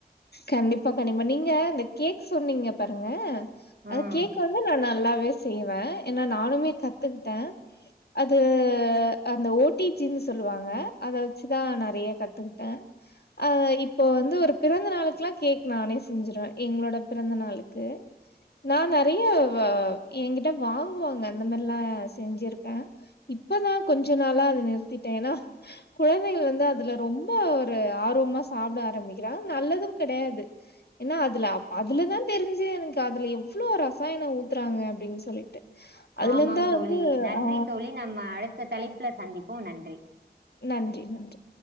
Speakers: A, on the left (about 70°); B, on the right (about 70°).
A: கண்டிப்பா கண்டிப்பா நீங்க அந்த கேக் சொன்னீங்கள பாருங்க அது
B: ம்
A: கேக்கு வந்து நல்லால்ல வேஸ்ட் சொல்லுவே ஏனா நானுமே கத்துக்கிட்டே அது அஹ் அந்த ஓ டி பி னு சொல்லுவாங்க அத வச்சுதா நெறையா கத்துக்கிட்டே ஆஹ் இப்ப வந்து ஒரு பிறந் ந்த நாளைக்லா கேக் நானே செஞ்சிருவே எங்களோட பிறந்த நாளுக்கு நா நெறைய வ எங்கிட்ட வாங்குவாங்க அந்த மாரிலா செஞ்சிருக்கே இப்பதா கொஞ்ச நாளா அத நிறுத்திட்டே ஏனா கொழந்தைக வந்து அதுல ரொம்ப ஒரு ஆர்வமா சாப்ட ஆரம்பிக்கிறாங்க நல்லது கெடையாது ஏனா அதுல அதுலதா தெரிஞ்சு எனக்கு அதுல எவ்ளோ ரசாயன ஊத்துறாங்க அப்டின் சொல்லிட்டு அதுலருந்தான்
B: ஆமாங் தோழி
A: வந்து
B: நன்றி
A: ஆ
B: தோழி நம்ம அடுத் ந்த தலைப்புல சந்திப்போ நன்றி
A: நன்றி நன்றி